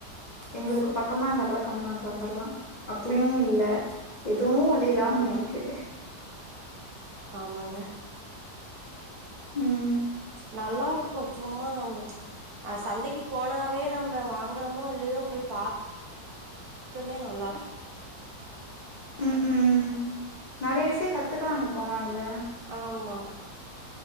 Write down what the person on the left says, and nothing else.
எங்களுக்கு பக்கமா இருந்தா கூட கம்முனு அங்கட்டு வந்துர்லா அப்டியு இல்ல எதுவு வழி இல்லாம
நிக்கு
ம்
ம் ம் நெறைய விஷ்யோ கத்துக்கலா அங்க போனா இல்ல